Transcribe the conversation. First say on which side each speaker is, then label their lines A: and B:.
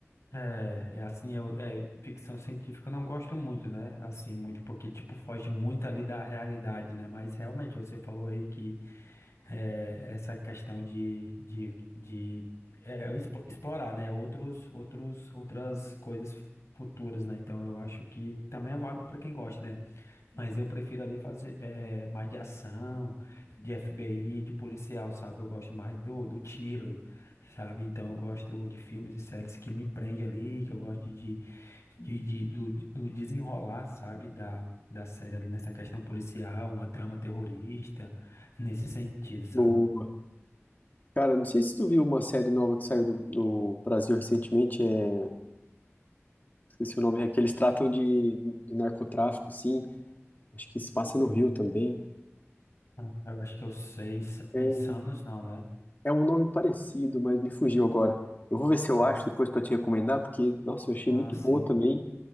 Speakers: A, on the left; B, on the left.
A: É, é assim, eu, é, ficção científica eu não gosto muito, né? Assim, muito, porque, tipo, foge muito ali da realidade, né? Mas realmente, você falou aí que. é, essa questão de, de, de é, expo- explorar, né, outros, outros, outras coisas futuras, né? Então eu acho que também é válido para quem gosta, né? Mas eu prefiro ali fazer é, mais de ação, de FBI, de policial, sabe? Eu gosto mais do, do tiro, sabe? Então eu gosto de filmes e séries que me prende ali, que eu gosto de, de, de- do, do desenrolar, sabe, da, da série ali nessa questão policial, uma trama terrorista, nesse sentido, sabe?
B: O Cara, não sei se tu viu uma série nova que saiu do, do Brasil recentemente, é... esqueci o nome, é que eles tratam de, de narcotráfico, sim. Acho que se passa no Rio também.
A: Ah, Eu acho que eu sei, Ins-
B: É,
A: Insanos não, né?
B: é um nome parecido, mas me fugiu agora. Eu vou ver se eu
A: Ah,
B: acho
A: s-
B: depois pra te recomendar, porque, nossa, eu achei
A: ah,
B: muito
A: sim,
B: boa também.